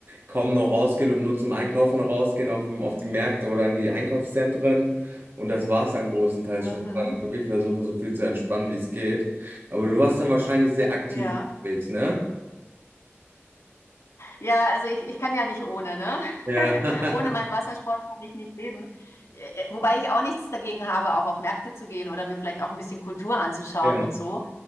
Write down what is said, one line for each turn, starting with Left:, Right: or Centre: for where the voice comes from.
Right: kaum noch rausgehen und nur zum Einkaufen rausgehen auf, dem- auf die Märkte oder in die Einkaufszentren. Und das war es dann großenteils
Left: Mhm.
Right: schon. Ich war dann wirklich versuchen, so viel zu entspannen, wie es geht. Aber du warst dann wahrscheinlich sehr aktiv
Left: Ja,
Right: unterwegs, ne?
Left: ja, also ich, ich kann ja nicht ohne, ne?
Right: Ja.
Left: <laughs>
Right: <laughs>
Left: Ohne meinen Wassersport kann ich nicht leben. Äh, äh, Wobei ich auch nichts dagegen habe, auch auf Märkte zu gehen oder mir vielleicht auch ein bisschen Kultur anzuschauen
Right: Ja.
Left: und so.